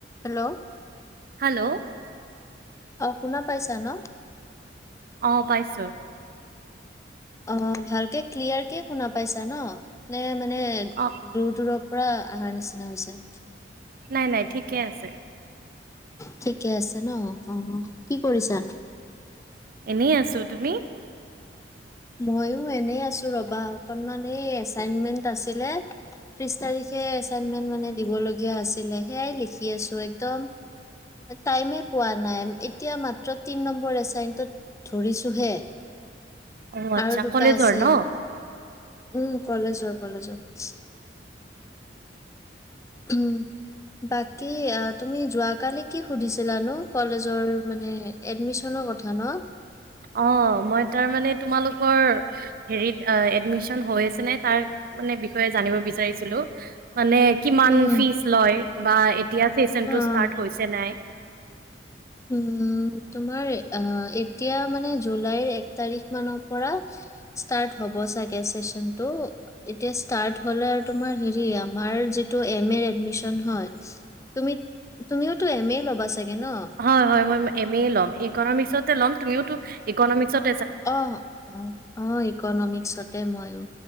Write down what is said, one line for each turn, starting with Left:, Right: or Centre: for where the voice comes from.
Left: Hello
Right: hello.
Left: অ শুনা পাইছা ন।
Right: অ পাইছো।
Left: অ ভালকে ক্লিয়াৰকে শুনা পাইছা ন নে মানে
Right: অ
Left: দূৰ দূৰ- পৰা আহাৰ নিচিনা হৈছে।
Right: নাই নাই ঠিকে আছে।
Left: ঠিকে আছে ন অ কি কৰিছা।
Right: এনেই আছো তুমি।
Left: মইয়ো এনে আছো। ৰবা অকনমান এই এছাইনমেণ্ট আছিলে ত্ৰিছ তাৰিখে এছাইনমেণ্ট মানে দিবলে দিব লগীয়া আছিলে সেয়াই লিখি আছো একদম। টাইমে পোৱা নাই এতিয়া মাত্ৰ তিন নম্বৰ এচাইনটোত ধৰিছোহে।
Right: অ আচ্ছা
Left: আৰু দুটা
Right: কলেজৰ
Left: আছে
Right: ন
Left: উম কলেজৰ কলেজৰ। উম। বাকি অ তুমি যোৱাকালি কি সুধিছিলা নো কলেজৰ মানে এডমিশ্যনৰ কথা ন।
Right: অ মই তাৰমানে তোমালোকৰ সেৰি আ এডমিশ্যন হৈ আছে নে তাৰ মানে বিষয়ে জানিব বিচাৰিছিলো মানে কিমান
Left: উম।
Right: ফিজ লয় বা এতিয়া ফেশ্বন
Left: অ',
Right: তো ষ্টাৰ্ট হৈছে নাই?
Left: উম তোমাৰ আহ এতিয়া মানে জুলাইৰ এক তাৰিখ মানৰ পৰা। ষ্টাৰ্ট হব ছাগে চেচনটো এতিয়া ষ্টাৰ্ট হলে আৰু তোমাৰ হেৰি আমাৰ যিটো এম এ এডমিশ্যন হয় তুমি তুমিওটো এম এ ল'বা চাগে ন
Right: হয় হয় মই এম এ ল'ম ইকনমিক্সতে ল'ম তুমিওটো ইকনমিক্সত
Left: অ অ অ ইকনমিক্সতে মই ও